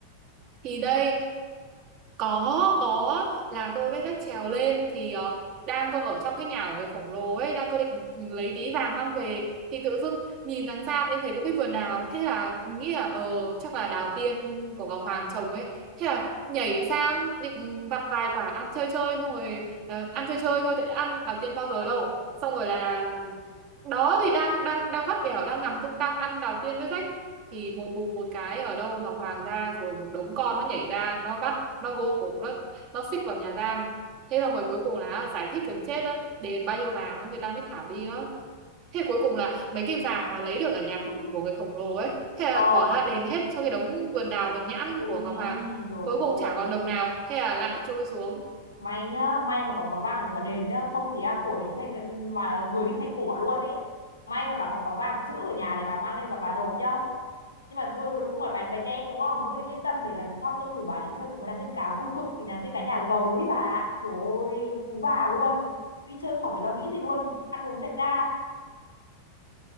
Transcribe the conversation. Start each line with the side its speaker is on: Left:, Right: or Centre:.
Right: thì đây có có là tôi với vách trèo lên thì ờ, đang cơ ở trong cái nhà của người khổng lồ ấy đang cơ định lấy tí vàng mang về thì tự dưng nhìn đằng xa thì em thấy có cái vườn đào thế là nghĩ là ờ chắc là đào tiên của Ngọc Hoàng trồng ấy thế là nhảy sang định vặt vài quả ăn chơi chơi xong rồi ờ, ăn chơi chơi thôi tại đã ăn đào tiên bao giờ đâu xong rồi là đó thì đang đang đang vắt vẻo đang nằm tung tăng ăn đào tiên với rách thì một bùm một cái ở đâu Ngọc Hoàng ra rồi một đống con nó nhảy ra nó bắt nó gô cổ nó nó xích vào nhà giam thế xong rồi cuối cùng là giải thích gần chết đó đền bao nhiêu vàng đó người ta mới thả đi đó thế cuối cùng là mấy cái vàng mà lấy được ở nhà
Left: <laughs>
Right: khổng, của người khổng lồ ấy thế là
Left: ờ
Right: bỏ ra đền hết cho cái đống vườn đào vườn nhãn của
Left: ui
Right: Ngọc Hoàng
Left: rồi
Right: cuối
Left: ôi
Right: cùng chả còn đồng nào thế là lại trôi xuống
Left: may nhá may mà còn có vàng thì mà đền nhá không thì à, của đi thành mà người đi thay của luôn ấy may mà bà còn có vàng chữ ở nhà này bà mang lên và bà nộp nhá nhưng mà thôi thôi đúng rồi bài bài đen đúng không thôi yên tâm để lần sau tôi rủ bà đi chơi cùng với nàng tiên cá vui cực vì nàng tiên cá nhà giàu ấy bà ạ. rồi phú bà luôn đi chơi khỏi phải lo nghĩ gì luôn ăn uống tẹt ga